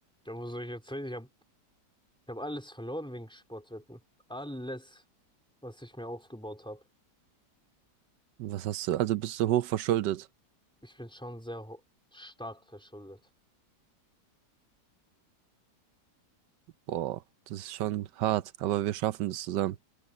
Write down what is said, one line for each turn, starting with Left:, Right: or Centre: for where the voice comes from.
Centre: Ja, wo soll ich jetzt hin? Ich habe ich hab alles verloren wegen Sportwetten. Alles, was ich mir aufgebaut habe.
Right: was hast du? Also bist du hochverschuldet?
Centre: Ich bin schon sehr ho- stark verschuldet.
Right: Boah, das ist schon hart, aber wir schaffen das zusammen.